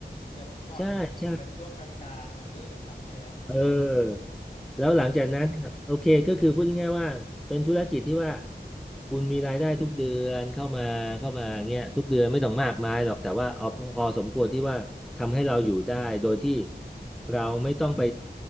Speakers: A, on the left; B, in the centre.
A: แบบก่อนเกษียณแบบช่วงกลางๆอ่ะเริ่มทำได้แล้ว
B: ใช่ใช่ เออ
A: ใช่ไหม
B: แล้วหลังจากนั้นเนี่ยโอเคก็คือพูดง่ายๆว่าเป็นธุรกิจที่ว่าคุณมีรายได้ทุกเดือนเข้ามาเข้ามาเงี้ยทุกเดือนไม่ต้องมากมายหรอกแต่ว่าเอาพอสมควรที่ว่าทำให้เราอยู่ได้โดยที่เราไม่ต้องไป